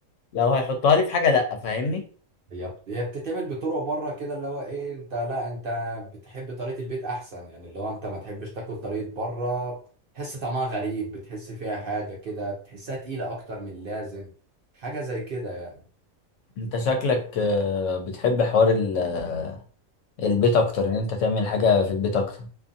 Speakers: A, on the left; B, on the right.
A: لو هيحطها لي في حاجه لا فاهمني
B: هي بت- هي بتتعمل بطرق بره كده اللي هو ايه انت لا انت بتحب طريقه البيت احسن يعني اللي هو انت ما تحبش تاكل طريقه بره تحس طعمها غريب بتحس فيها حاجه كده بتحسها تقيله اكتر من اللازم حاجه زي كده
A: انت شكلك آه، بتحب حوار ال... آه، البيت اكتر ان انت تعمل حاجه في البيت اكتر